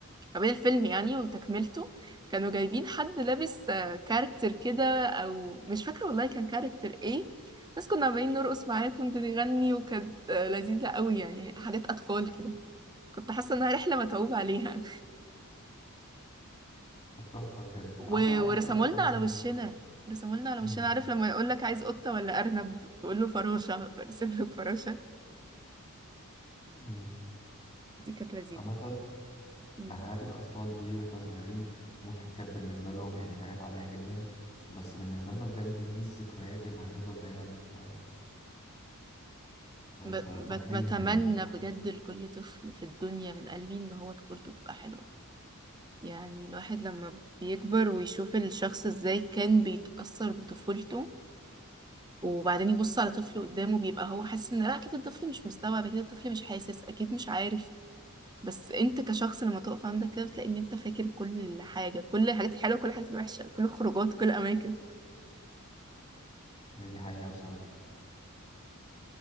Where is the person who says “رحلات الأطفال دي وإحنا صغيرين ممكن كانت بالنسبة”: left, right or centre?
Left